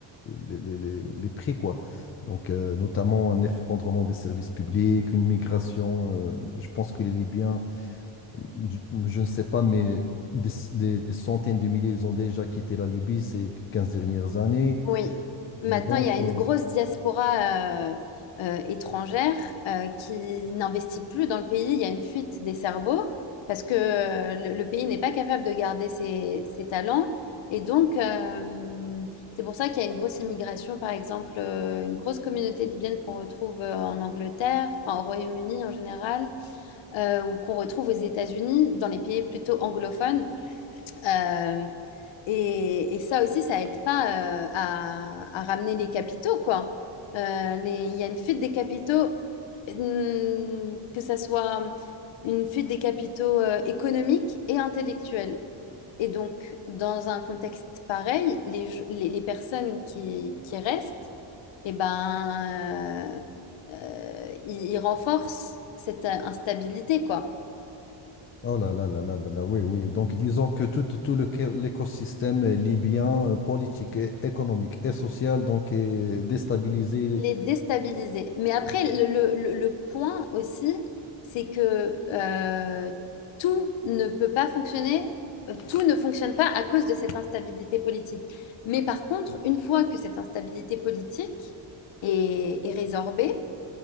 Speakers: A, on the left; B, on the left.
A: les, les- les- les prix, quoi. Donc, euh, notamment un effondrement des services publics, une migration. euh, je pense que les Libyens, je, je ne sais pas, mais des, des centaines de milliers, ils ont déjà quitté la Libye ces 15 dernières années.
B: Oui. Maintenant,
A: Donc,
B: il y a une
A: euh,
B: grosse diaspora euh, euh, étrangère euh, qui n'investit plus dans le pays. Il y a une fuite des cerveaux parce que euh, le, le pays n'est pas capable de garder ses, ses talents. Et donc, euh, c'est pour ça qu'il y a une grosse immigration, par exemple, euh, une grosse communauté libyenne qu'on retrouve euh, en Angleterre, enfin au Royaume-Uni en général, euh, ou qu'on retrouve aux États-Unis, dans les pays plutôt anglophones. Euh, et, et ça aussi, ça aide pas euh, à, à ramener les capitaux, quoi. Euh, les- Il y a une fuite des capitaux, hum, que ça soit une fuite des capitaux euh, économiques et intellectuels. Et donc, dans un contexte pareil, les, je- les, les personnes qui, qui restent, eh ben, euh, euh, ils, ils renforcent cette euh, instabilité, quoi.
A: oh là là là là là là, oui, oui. Donc, disons que tout, tout le, que- l'écosystème libyen, euh, politique, et économique et social, donc, est déstabilisé
B: Il est déstabilisé. Mais après, le, le- le- le point aussi, c'est que euh, tout ne peut pas fonctionner, euh, tout ne fonctionne pas à cause de cette instabilité politique. Mais par contre, une fois que cette instabilité politique est, est résorbée,